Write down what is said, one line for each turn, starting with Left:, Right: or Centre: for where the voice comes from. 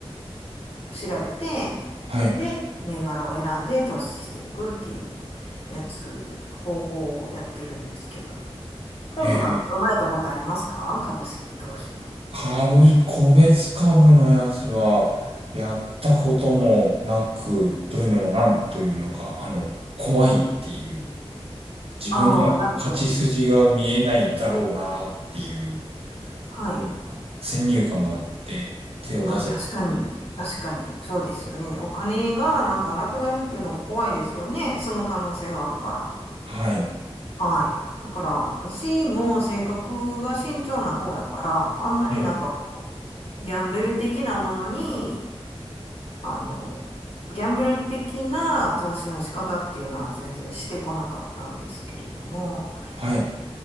Left: 調べて、
Right: はい。
Left: それで銘柄を選んで投資していくっていうやつ、方法をやってるんですけどね。本とかって読まれたことありますか株式投資の。
Right: えー、株、個別株のやつは、やったこともなく、というのもなんというのか、あの、怖いっていう。自分には勝ち筋が見えないだろうなっていう、
Left: ああ、なるほど。はい。
Right: なんか先入観があって、手を出せてるんです。
Left: うん、確かに。確かに。そうですよね。お金がなんかなくなるっていうのが怖いですよね。その可能性があるから。
Right: はい。
Left: はい。だから、私も性格が慎重な方だから、あんまりなんかこ
Right: はい。
Left: う、ギャンブル的なものにあの、ギャンブル的な投資の仕方っていうのは全然してこなかったんですけれども、
Right: はい。